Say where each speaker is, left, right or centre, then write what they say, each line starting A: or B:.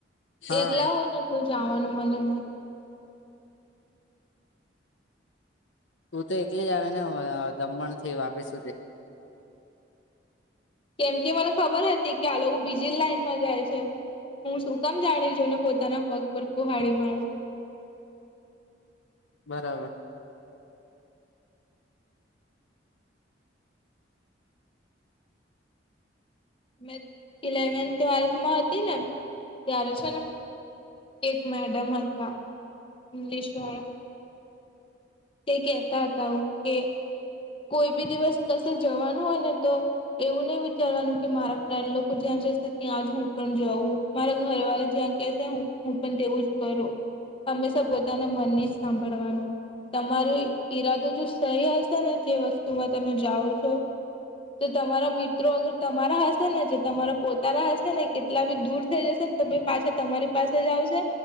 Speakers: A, on the left; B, on the left.
A: હા
B: એકલા હોય ને તો જવાનું મન જ નહીં
A: તું તો એકલી જ આવે ને દમણ થી વાપી સુધી
B: કેમ કે મને ખબર હતી કે આ લોકો બીજી જ લાઈનમાં જાય છે હું શું કામ જાણી છઈને પોતાના પગ પર કુહાડી મારું
A: બરાબર
B: મે ઇલેવન્થ ટ્વેલ્થ માં હતી ને ત્યારે છે ને એક મેડમ હતા ઇંગ્લિશ વાળા તે કેહેતા હતા એવુ કે કોઈ બી દિવસ કશે જવાનું હોય ને તો એવું નહી વિચારવાનું કે મારા ફ્રેન્ડ લોકો જ્યાં જશે ત્યાં જ હું પણ જાઉં મારા ઘરવાળા જ્યાં કેશે હું પણ તેવું જ કરું હંમેશા પોતાના મનને જ સાંભળવાનું તમારો ઈરાદો જો સહી હશે ને જે વસ્તુમાં તમે જાઓ છો તો તમારા મિત્રો અગર તમારા હશે ને જે તમારા પોતાના હશે ને કેટલા બી દૂર થઈ જશે ને તો બી પાછા તમારી પાસે જ આવશે